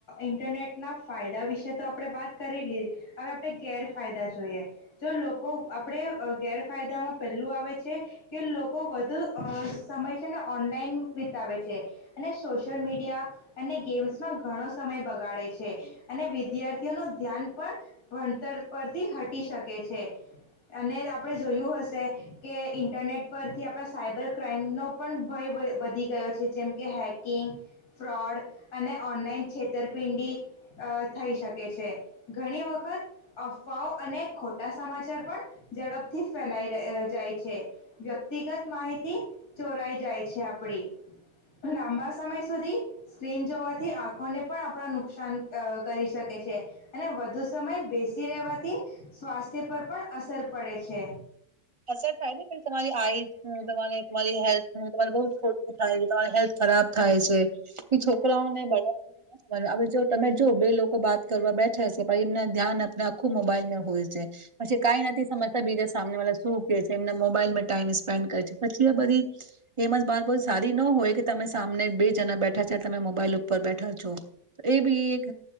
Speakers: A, on the left (about 90°); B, on the right (about 30°).
A: ઇન્ટરનેટના ફાયદા વિશે તો આપણે વાત કરી લી, હવે આપણે ગેરફાયદા જોઈએ, જો લોકો આપણે ગેરફાયદામાં પેલું આવે છે, કે લોકો વધુ સમય છે ને ઓનલાઈન આવે છે, અને સોશિયલ મીડિયા અને ગેમ્સમાં ઘણો સમય બગાડે છે, અને વિદ્યાર્થીઓનું ધ્યાન પણ, ભણતર પરથી હટી શકે છે, અને આપણે જોયું હશે, કે ઇન્ટરનેટ પરથી આપણા સાયબર ક્રાાઈમનો પણ ભય વધી. જેમકે હેકિંગ ફ્રોડ અને ઓનલાઈન છેતરપિંડી થઈ શકે છે ઘણી વખત અફવાઓ અને ખોટા સમાચાર પણ ઝડપથી ફેલાઈ જાય છે વ્યક્તિગત માહિતી ચોરાઈ જાય છે આપણી લાંબા સમય સુધી સ્ક્રીન જોવાથી આંખોને પણ આપણા નુકસાન કરી શકે છે, અને વધુ સમય બેસી રહેેવાથી, સ્વાસ્થ્ય પર પણ અસર પડે છે.
B: અસર થાય ને પણ તમારી આઈસ ને તમારે તમારી હેલ્થ ને તમારે બવ ખોટુ થાય તમારી હેલ્થ ખરાબ થાય છે. એ છોકરાઓને બને, જો તમે જો બે લોકો બાત કરવા બેઠે સે પણ એમને ધ્યાન આપને આખું મોબાઈલ ને હોય છે. પછી કાઈ નથી સમજતા બીજા સામને વાળા શું કે છે એમના મોબાઈલમાં ટાઈમ સ્પેન્ડ કરે છે. પછી આ બધી એમાં જ બાત બહું સારી ન હોય કે તમે સામને બે જણા બેઠા છે તમે મોબાઈલ ઉપર બેઠા છો એ બી એક